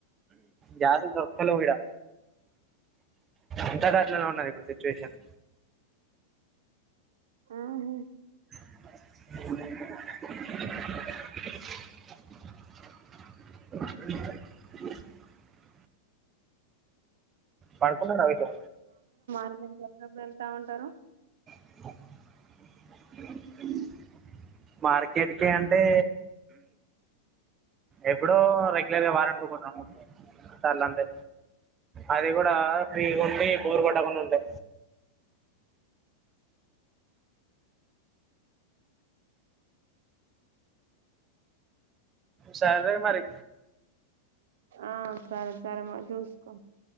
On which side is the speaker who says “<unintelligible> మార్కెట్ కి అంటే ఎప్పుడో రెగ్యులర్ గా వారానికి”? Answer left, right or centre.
Right